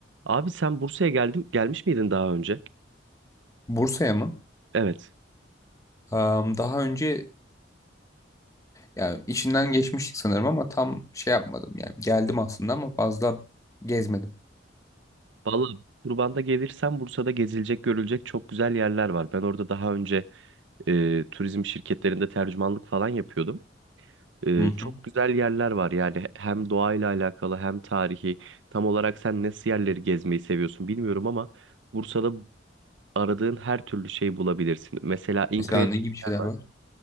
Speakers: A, on the right; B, on the left.
A: Abi sen Bursa'ya geldim, gelmiş miydin daha önce?
B: Bursa'ya mı?
A: Evet.
B: Am, daha önce yani içinden geçmiştik sanırım ama tam şey yapmadım. Yani geldim aslında ama fazla gezmedim.
A: Vallahi Turban'da gelirsen Bursa'da gezilecek, görülecek çok güzel yerler var. Ben orada daha önce e, turizm şirketlerinde tercümanlık falan yapıyordum. E,
B: Hı hı.
A: çok güzel yerler var yani hem doğayla alakalı hem tarihi. Tam olarak sen nasıl yerleri gezmeyi seviyorsun bilmiyorum ama Bursa'da aradığın her türlü şeyi bulabilirsin. Mesela İnka'ya
B: Mesela ne gibi şeyler
A: var.
B: var?